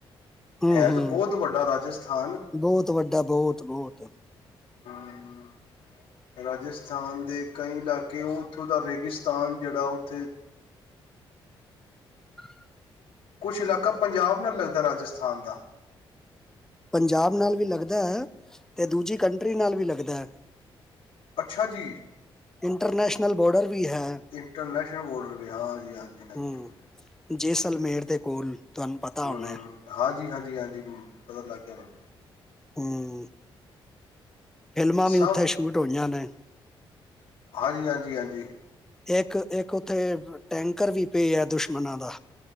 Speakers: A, in the centre; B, on the left.
A: ਹਮ
B: ਹੈ
A: ਹਮ
B: ਤਾਂ ਬਹੁਤ ਵੱਡਾ ਰਾਜਸਥਾਨ
A: ਬਹੁਤ ਵੱਡਾ ਬਹੁਤ ਬਹੁਤ ਤੇ
B: ਹਮ ਰਾਜਸਥਾਨ ਦੇ ਕਈ ਇਲਾਕੇ ਉਹ ਉੱਥੋਂ ਦਾ ਰੇ ਪਾਕਿਸਤਾਨ ਜਹੜਾ ਉੱਥੇ
A: <unintelligible>
B: ਕੁਝ ਇਲਾਕਾ ਪੰਜਾਬ ਨਾਲ ਲੱਗਦਾ ਰਾਜਸਥਾਨ ਦਾ
A: ਪੰਜਾਬ ਨਾਲ ਵੀ ਲੱਗਦਾ ਹੈ ਤੇ ਦੂਜੀ ਕੰਟਰੀ ਨਾਲ ਵੀ ਲੱਗਦਾ ਹੈ
B: ਅੱਛਾ ਜੀ
A: ਇੰਟਰਨੈਸ਼ਨਲ ਬੋਰਡਰ ਵੀ ਹੈ
B: ਇੰਟਰਨੈਸ਼ਨਲ ਬੋਡਰ ਵੀ ਹਾਂਜੀੀ ਹਾਂਜੀ ਹਾਂਜੀ
A: ਹਮ ਜੈਸਲਮੇਰ ਦੇ ਕੋਲ ਤੁਹਾਨੂੰ ਪਤਾ
B: ਹਮ
A: ਹੋਣਾ ਹੈ
B: ਹ ਹਾਂਜੀ ਹਾਂਜੀ ਹਾਂਜੀ ਪਤਾ ਲੱਗ ਗਿਆ
A: ਹਮ ਫ਼ਿਲਮਾਂ ਵੀ
B: ਸਭ
A: ਉੱਥੇ ਸ਼ੂਟ ਹੋਈਆਂ ਨੇ
B: ਹਾਂਜੀ ਹਾਂਜੀ ਹਾਂਜੀ
A: ਇੱਕ ਇੱਕ ਉੱਥੇ ਟੈਂਕਰ ਵੀ ਪਏ ਆ ਦੁਸ਼ਮਣ ਦਾ